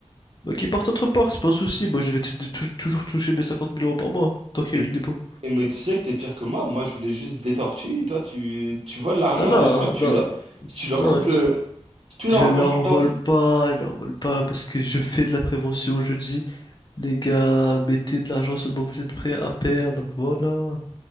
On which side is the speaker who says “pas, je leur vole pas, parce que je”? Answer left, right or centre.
Left